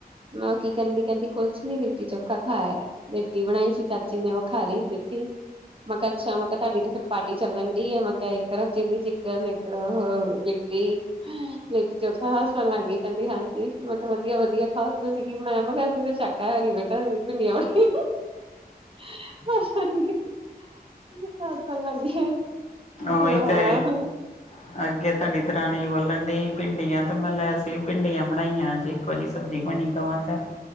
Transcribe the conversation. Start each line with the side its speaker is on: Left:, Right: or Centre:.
Right: ਮੈਂ ਉਹ ਕੀ ਕਰਨ ਡੀ ਕਹਿੰਦੀ ਕੁਛ ਨੀ ਲਿੱਟੀ ਚੋਖਾ ਖਾਇਆ ਲਿੱਟੀ ਬਣਾਈ ਸੀ ਚਾਚੀ ਨੇ ਉਹ ਖਾ ਰੀ ਲਿੱਟੀ ਮ ਕ ਅੱਛਾ ਮ ਕਿ ਤਾਡੀ ਤ ਫਿਰ ਪਾਰਟੀ ਚੱਲਣ ਡੀ ਮੈਂ ਕਿਹਾ ਇੱਕ ਤਰਫ ਚਿੱਲੀ ਚਿਕਨ ਇੱਕ ਤਰਫ ਅ ਲਿ ਟੀ ਲਿਟੀ ਚੋਖਾ ਹਸਣ ਲਗ ਗੀ ਕਹਿੰਦੀ ਹਾਂਜੀ ਮ ਕਿਹਾ ਵਧੀਆ ਵੀਆ ਖਾਓ ਤੁਸੀਂ ਕੀ ਬਣਾਇਆ ਮ ਕਿਹਾ ਅਸੀਂ ਤਾਂ ਸ਼ਾਕਾਹਾਰੀ ਬੇਟਾ ਅਸੀਂ ਤਾਂ ਭਿੰਡੀਆਂ ਬਣਾਈ। ਲੱਗ <unintelligible> <unintelligible>
Left: ਉਹੀ ਤੇ ਅੱਗੇ ਤੁਹਾਡੀ ਦਰਾਣੀ ਬੋਲਣ ਡੀ ਭਿੰਡੀਆਂ ਤੋਂ ਮੈਂ ਲੈ ਅਸੀਂ ਵੀ ਭਿੰਡੀਆਂ ਬਣਾਈਆਂ ਜੇ ਕੋ ਜੀ ਸਬਜ਼ੀ ਬਣੀ ਦੋਵਾਂ ਘਰ